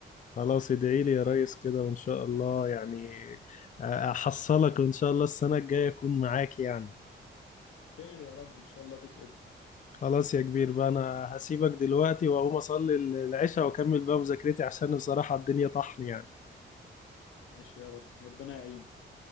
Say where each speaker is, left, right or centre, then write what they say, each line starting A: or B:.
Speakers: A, on the left; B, on the left.
A: خلاص ادعي لي يا ريس كده وان شاء الله يعني احصلك وان شاء الله السنة الجاية اكون معاك يعني
B: خير يا رب إن شاء الله تتقبل
A: خلاص يا كبير بقى انا هسيبك دلوقتي واقوم اصلي العشاء واكمل بقى مذاكرتي عشان بصراحة الدنيا طحن يعني
B: ماشي يا رب ربنا يعينك